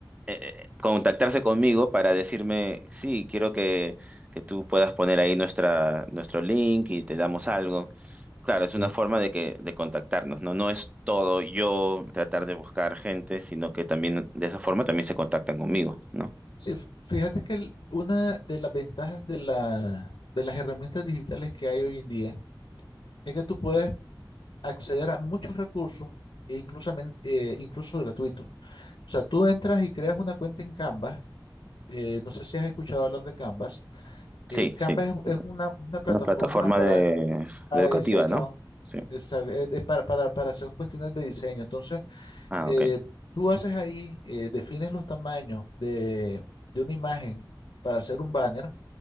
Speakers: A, on the right; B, on the left.
A: eh, contactarse conmigo para decirme, sí, quiero que, que tú puedas poner ahí nuestra, nuestro link y te damos algo. Claro, es una
B: sí,
A: forma de que, de contactarnos, ¿no? No es todo yo tratar de buscar gente, sino que también de esa forma también se contactan conmigo, ¿no?
B: sí, f- fíjate que el- una de las ventajas de la, de las herramientas digitales que hay hoy en día es que tú puedes acceder a muchos recursos, e incluso, incluso gratuitos. O sea, tú entras y creas una cuenta en Canva eh, no sé si has escuchado hablar de Canvas.
A: Sí,
B: Eh, Canvas
A: sí.
B: es, es una, una plataforma
A: Una plataforma
B: para,
A: de,
B: para
A: de educativa,
B: diseño,
A: ¿no? Sí.
B: esa- eh, de- para, para, para hacer cuestiones de diseño. Entonces,
A: Ah,
B: eh,
A: ok.
B: tú haces ahí, eh, defines los tamaños de, de una imagen para hacer un banner